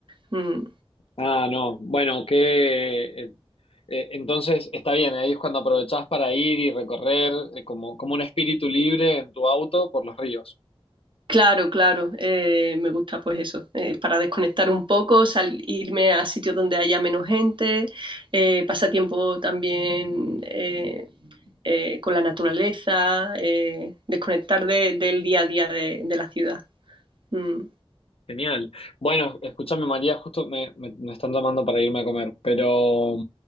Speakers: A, on the right; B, on the left.
A: Mm.
B: Ah, no. Bueno, que eh, eh, entonces está bien, ahí es cuando aprovechás para ir y recorrer eh, como, como un espíritu libre en tu auto por los ríos.
A: Claro, claro, eh, me gusta pues eso, eh, para desconectar un poco, sal- irme a sitios donde haya menos gente, eh, pasar tiempo también eh, eh, con la naturaleza, eh, desconectar de- del día a día de, de la ciudad. Mm.
B: Genial. Bueno, escúchame María, justo me, me- me están llamando para irme a comer, pero,